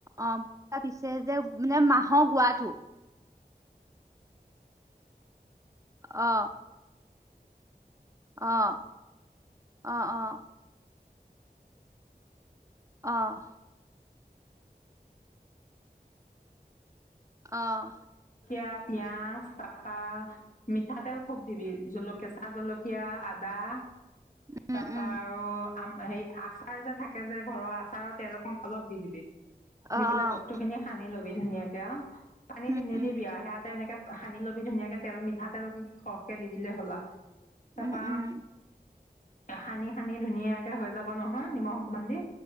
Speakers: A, on the right; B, on the left.
A: অ অ পিছে যে মানে মাহ হ গোৱাটো। অ অ অ অ অহ অহ
B: জলকীয়া পিয়াজ তাৰপা মিঠাতেল খুব দিবি জলকীয়া কেঁচা জলকীয়া আদা
A: উম,
B: তাৰাপা
A: উম,
B: আৰু আম হে আচাৰ যে থাকে যে ঘৰৰ আচাৰৰ তেল অকম অলপ দি দিবি। দি
A: অ',
B: পেলাই
A: অ',
B: বস্তু খিনি সানি লবি দি ধুনিয়াকে আৰু পানী
A: উম,
B: দি‌ নিদিবি
A: উম,
B: আৰু সেয়াতে এনেকে সানি ল'বি ধুনীয়াকে তেল মিঠাতেল সৰহকে দি দিলে হ'ল আও। তাৰপৰা
A: উম, উম,
B: সানি সানি ধুনীয়াকে হৈ যাব নহয় নিমখ অকমান দি